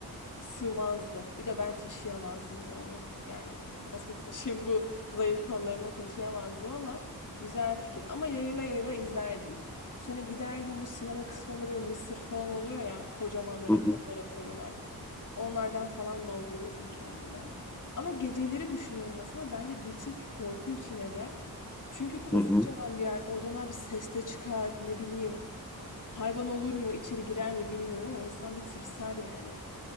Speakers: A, on the left (about 55°); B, in the centre.
A: sığmazdı. Bir de ben taşıyamazdım da onu. Yani nasıl taşıyayım bu zayıf kollarımla taşıyamazdım ama güzel fikir. Ama yayıla yayıla izlerdim. Sonra giderdim bu sinema kısmında böyle mısır falan oluyor ya kocaman böyle
B: hı hı.
A: kaplara koyuyorlar. Onlardan falan doldururdum kendime. Ama geceleri düşünüyorum mesela bence bir tık korkunç yine de. Çünkü koskocaman
B: hı hı.
A: bir yer oradan abi ses de çıkar ne bileyim hayvan olur mu içeri girer mi bilmiyorum ama insan bir tırsar yani.